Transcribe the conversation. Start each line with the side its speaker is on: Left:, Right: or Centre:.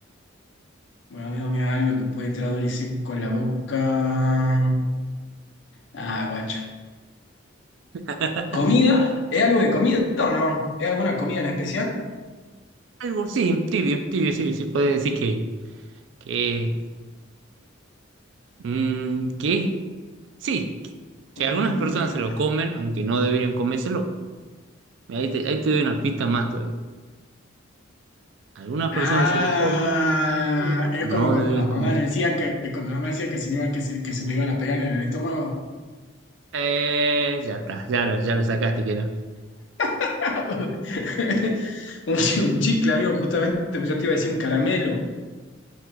Left: Bueno, amigo, mira algo que puede entrar duro y seco a la boca. Ah, guacho.
Right: <laughs>
Left: ¿Comida? ¿Es algo de comida o no? ¿Es alguna comida en especial?
Right: Algo, sí, tibio, tibio, sí, sí, puede decir que, que, mm, que, sí, que, que
Left: Mm,
Right: algunas personas se lo comen, aunque no deberían comérselo. Ahí te, ahí te doy una pista más todavía. Algunas
Left: ah,
Right: personas se lo comen, pero
Left: es
Right: no
Left: como cuando
Right: deberían
Left: las
Right: comerse.
Left: mamás nos decían que, que cuando la mamá decía que se, le iban- que, se, que se lo iban a pegar en el estómago.
Right: Eh, ya está, ya lo, ya lo sacaste, que no.
Left: <laughs> Un, chi- un chicle, amigo, justamente, pues yo te iba a decir un caramelo.